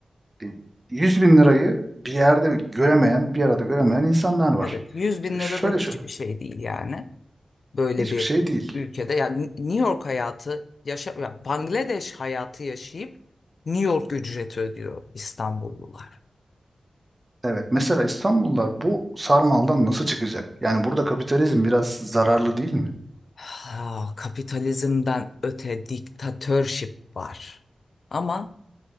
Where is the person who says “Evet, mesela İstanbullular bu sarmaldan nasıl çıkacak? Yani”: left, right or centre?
Right